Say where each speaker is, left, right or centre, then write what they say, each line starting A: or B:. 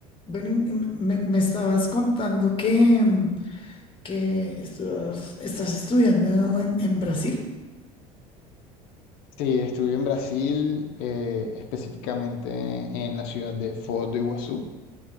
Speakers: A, on the left; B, on the left.
A: Ven, y y me, me estabas contando que, mm, que estudas- estás estudiando en, en Brasil.
B: Sí, estuve en Brasil, eh, específicamente en la ciudad de Foz do Iguazú,